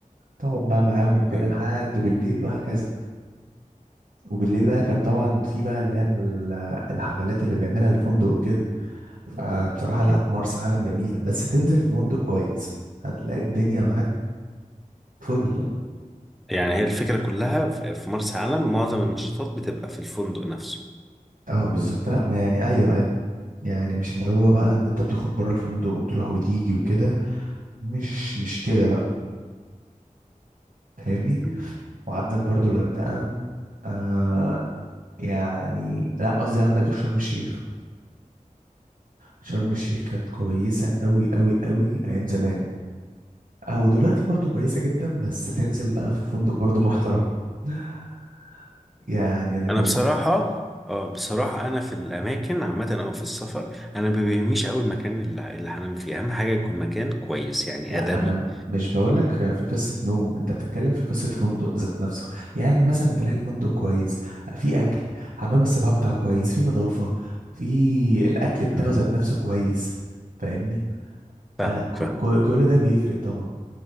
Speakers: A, on the right (about 75°); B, in the centre.
A: تقعد بقى معاهم
B: أمم.
A: وكده لحد بالليل وهكذا وبالليل بقى كان طبعا في بقى اللي هي ال- الحفلات اللي بيعملها الفندق وكده فبصراحة لا
B: أمم.
A: مرسى علم جميلة بس تنزل في فندق كويس هتلاقي الدنيا معاك فل
B: يعني هي الفكره كلها في في مرسى علم معظم النشاطات بتبقى في الفندق نفسه
A: اه بالظبط لا ما يعني ايوه ايوه يعني مش اللي هو بقى ان انت بتخرج بره الفندق وتروح وتيجي وكده مش مش كده لا فاهمني
B: أمم.
A: وعندك برضو الغردقة آه يعني لا قصدي عندك شرم الشيخ شرم الشيخ كانت كويسة قوي قوي قوي ايام زمان او دلوقتي برضو كويسة جدا بس تنزل بقى في فندق برضو محترم <laughs> يعني انا كنت
B: انا بصراحه اه بصراحه انا في الاماكن عامه او في السفر انا ما بيهمنيش قوي المكان اللي اللي هنام فيه اهم حاجه يكون مكان كويس يعني
A: لا
B: ادمي
A: انا م- مش بقول لك في قصه نوم انت بتتكلم في قصه فندق ذات نفسه يعني مثلا تلاقي الفندق كويس في اكل حمام السباحه بتاعه كويس في نظافه في الاكل بتاعه
B: امم
A: ذات نفسه كويس فاهمني
B: فاهمك
A: آه ك-
B: فاهمك
A: ك- كل ده بيفرق طبعا